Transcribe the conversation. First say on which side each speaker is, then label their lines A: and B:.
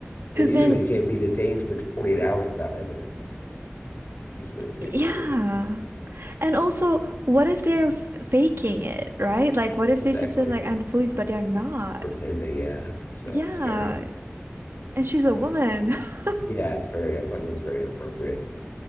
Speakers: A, on the right (about 70°); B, on the left (about 55°).
A: Because
B: And usually
A: then,
B: you can't be detained for 48 hours without evidence, usually, too,
A: yeah.
B: right?
A: And also, what if they're f faking it, right? Like, what if
B: Exactly.
A: they just said, like, I'm the police, but they're not?
B: Pretending, yeah. So
A: Yeah.
B: it's scary.
A: And she's a
B: Well,
A: woman. <laughs>
B: yeah, it's very, I feel like that's very inappropriate.